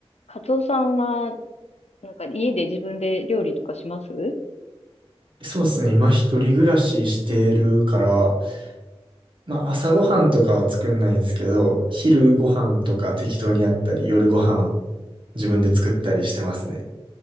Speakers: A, on the left (about 85°); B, on the right (about 50°).
A: カツオさんは、なんか家で自分で料理とかします
B: そうですね。今一人暮らししてるから、まあ朝ごはんとかは作んないんですけど、昼ご飯とか適当にやったり、夜ご飯自分で作ったりしてますね。